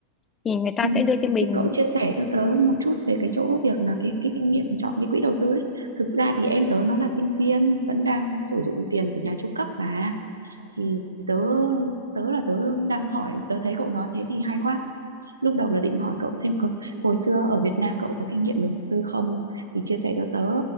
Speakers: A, on the left; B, on the right.
A: thì người ta
B: Ừ.
A: sẽ đưa cho mình
B: Thì cậu chia sẻ cho tớ một chút về cái chỗ việc là cái, cái kinh nghiệm chọn cái quỹ đầu tư ấy. Thực ra thì em tớ nó là sinh viên vẫn đang sử dụng tiền của nhà chu cấp mà thì tớ tớ là tớ đang hỏi tớ thấy cậu nói thế thì hay quá lúc đầu là định hỏi cậu xem có hồi xưa ở Việt Nam cậu có kinh nghiệm đầu tư không thì chia sẻ cho tớ